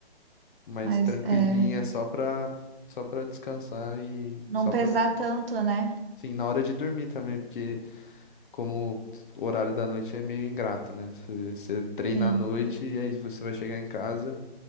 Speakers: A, on the left; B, on the right.
A: mais
B: Mas
A: tranquilinha,
B: é,
A: só pra, só pra descansar e
B: não
A: só
B: pesar
A: pra,
B: tanto, né?
A: sim, na hora de dormir também, porque como o horário da noite é meio ingrato, né? Você você treina
B: Sim.
A: à noite e aí você vai chegar em casa.